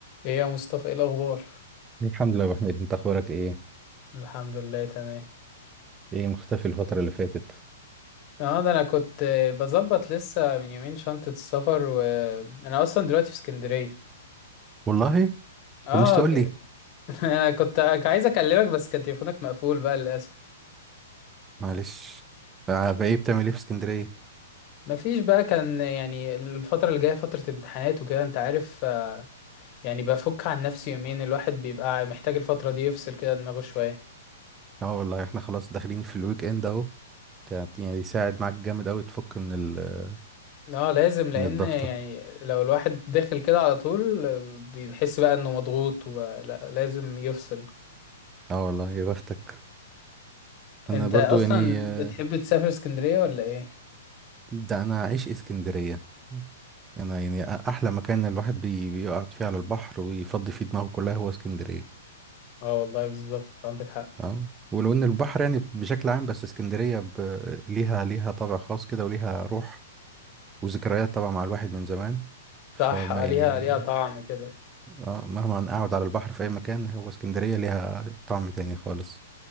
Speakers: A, on the left (about 40°); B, on the right (about 20°).
A: ايه يا مصطفى ايه الاخبار
B: الحمد لله يا ابو حميد انت اخبارك ايه
A: الحمد لله تمام
B: ايه مختفي الفتره اللي فاتت
A: اه ده انا كنت آه، بظبط لسه من يومين شنطة السفر وانا اصلا دلوقتي في اسكندرية
B: والله
A: اه
B: طب مش تقول
A: ك...
B: لي
A: <laughs> انا كنت عايز اكلمك بس كان تليفونك مقفول بقى للاسف
B: معلش آه، بايه بتعمل ايه في اسكندريه
A: مفيش بقى كان يعني الفترة اللي جاية فترة امتحانات وكده انت عارف آه، يعني بفك عن نفسي يومين الواحد بيبقى محتاج الفترة دي يفصل كده دماغه شوية
B: اه والله احنا خلاص داخلين في الويك اند اهو تا- يعني يساعد معاك جامد قوي تفك من ال
A: اه لازم لان
B: من الضغطه
A: يعني لو الواحد داخل كده على طول بيحس بقى انه مضغوط ولا لازم يفصل
B: اه والله يا بختك انا
A: انت
B: برضو
A: اصلا
B: يعني آه،
A: بتحب تسافر اسكندرية ولا ايه
B: ده انا عايش اسكندريه انا يعني أ- احلى مكان الواحد بي- بيقعد فيه على البحر ويفضي فيه دماغه كلها هو اسكندريه
A: اه والله بالظبط عندك حق
B: اه ولو ان البحر يعني بشكل عام بس اسكندريه ب... ليها ليها طابع خاص كده وليها روح وذكريات طبعا مع الواحد من زمان فما
A: صح آه،
B: يعني
A: ليها ليها طعم كده
B: اه مهما اقعد على البحر في اي مكان هو اسكندرية ليها طعم تاني خالص